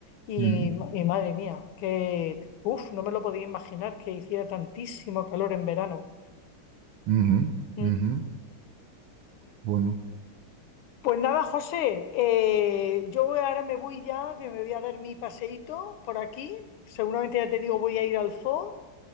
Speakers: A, on the left (about 75°); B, on the right (about 75°).
A: y,
B: Ujú,
A: y madre mía, que, uff, no me lo podía imaginar que hiciera tantísimo calor en verano.
B: ujú,
A: Mm.
B: ujú. Bueno.
A: Pues nada, José, eh, yo voy- ahora me voy ya, que me voy a dar mi paseíto por aquí. Seguramente ya te digo, voy a ir al zoo